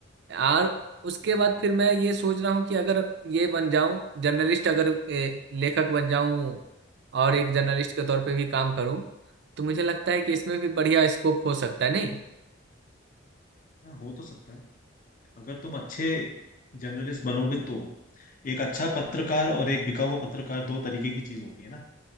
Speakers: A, on the right; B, on the left.
A: और उसके
B: वो तो
A: बाद
B: है,
A: फिर मैं ये सोच रहा हूँ कि अगर ये बन जाऊं जर्नलिस्ट अगर ए, लेखक बन जाऊं और एक
B: हम्म
A: जर्नलिस्ट के तौर पे भी काम करूं तो मुझे लगता है कि
B: हम्म,
A: इसमें भी बढ़िया स्कोप हो सकता है नहीं
B: हाँ हो तो सकता है अगर तुम अच्छे जर्नलिस्ट बनोगे तो एक अच्छा पत्रकार और एक बिका हुआ पत्रकार दो तरीके की चीज होती है ना